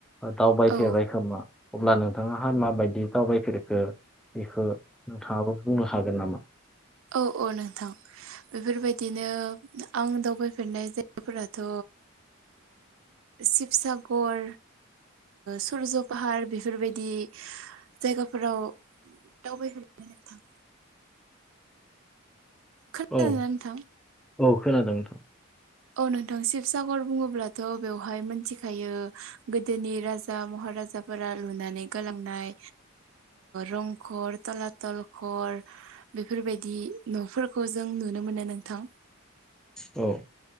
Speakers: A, in the centre; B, on the right.
A: दावबायफेरबाय
B: औ
A: खोमा अब्ला नोंथांङा हा माबायदि दावबायफेरखो बेखौ नोंथांङाबो बुंनो हागोन नामा
B: औ औ नोंथां बेफोरबायदिनो आं दावबायफेरनाय जायगाफोराथ' शिबसागर सुरज' फाहार बेफोरबायदि जायगाफोराव दावबायफेरबाय नोंथां खोनादोंना
A: औ
B: नोंथां
A: औ खोनादों नोंथां
B: औ नोंथां शिबसागर बुंङोब्लाथ' बेवहाय मिथिखायो गोदोनि राजा महाराजाफोरा लुनानै गालांनाय रंगर थलाथलखर बेफोरबायदि न'फोरखौ जों नुनो मोनो नोंथां
A: औ